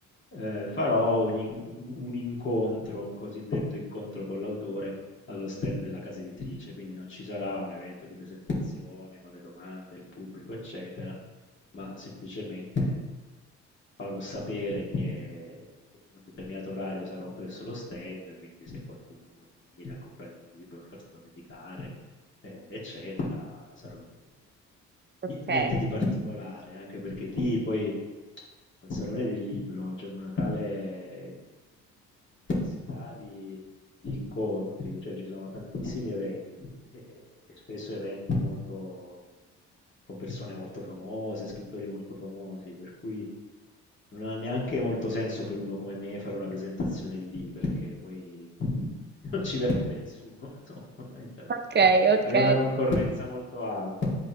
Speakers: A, on the left; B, on the right.
A: ehm, farò un in un un incontro, un cosiddetto incontro con l'autore allo stand della casa editrice, quindi non ci sarà un evento di presentazione con le domande, il pubblico, eccetera, ma semplicemente farò sapere che in un determinato orario sarò presso lo stand, quindi se qualcuno vuol venire a comprare il libro, farselo dedicare, eh, eccetera, sarò lì. Ma, insomma,
B: Ok,
A: ni- niente di particolare, anche perché lì poi al Salone del Libro c'è una tale intensità di di incontri, cioè ci sono tantissimi eventi, e spesso eventi molto con persone molto famose, scrittori molto famosi, per cui non ha neanche molto senso per uno come me fare una presentazione lì, perché poi <laughs> non ci verrebbe nessuno, <laughs> insomma, fondamentalmente.
B: ok, ok,
A: Hai una concorrenza molto alta.